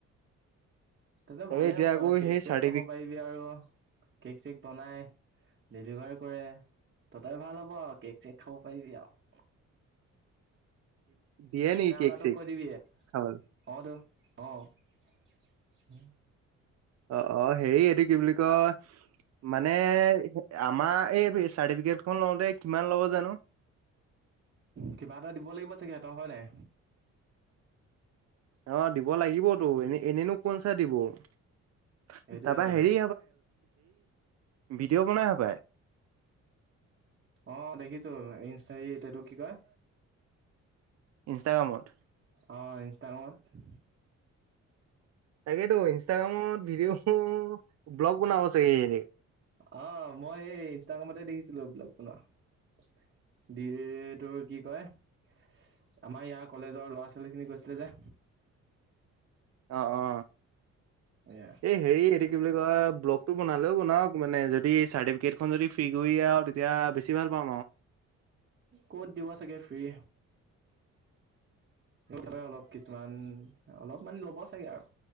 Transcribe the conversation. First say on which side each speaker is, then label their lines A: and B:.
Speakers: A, on the right; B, on the right.
A: তে ভালেই
B: এই এতিয়া
A: হ'ব
B: আকৌ
A: কেক
B: সেই
A: চেক
B: চাৰ্টিফিক
A: খাব পাৰিবি আৰু কেক চেক বনাই। ডেলিভাৰ কৰে ততই ভাল হ'ব আৰু কেক চেক খাব পাৰিবি আৰু।
B: দিয়ে নেকি কেক
A: লাটো
B: চেক
A: কৰিবি
B: খাবলৈ
A: অতো অঁ'।
B: অ', অ', হেৰি এইটো কি বুলি কয় মানে আমাৰ এই চাৰ্টিফিকেট খ লওঁতে কিমান ল'ব জানো। <unintelligible>
A: কিবা এটা দিব লাগিব চাগে সিহঁতৰ হয় নাই।
B: অ', দিব লাগিবতো এনে এনেইনো কোন চাই দিব। <inaudible>
A: সেইটোয়েতো
B: হেৰি ভিডিঅ' বনায় হ পায়
A: অ দেখিছো ইঞ্চ এইটোক কি কয়
B: ইনষ্টাগ্ৰামত
A: অঁ ইনষ্টাগ্ৰত
B: তাকেতো ইনষ্টাগ্ৰামত ভিডিঅ' ব্লগ বনাব চাগে <unintelligible>
A: অ মই সেই ইনষ্টাগ্ৰামতে দেখিছিলো ব্লগ বনোৱা <unintelligible> তোৰ কি কয় আমাৰ ইয়াৰ কলেজৰ ল'ৰা ছোৱালী খিনি গৈছিলে যে
B: অ অ
A: এয়া
B: এই হেৰি <unintelligible> কি বুলি কয় ব্লগটো বনালেও বনাওক মানে যদি চাৰ্টিফিকেটখন যদি ফ্ৰী কৰি আৰু তেতিয়া বেছি ভাল <inaudible>
A: ক'ত দিব চাগে ফ্ৰ্ৰী <unintelligible> কিছুমান অলপমান ল'ব চাগে আৰু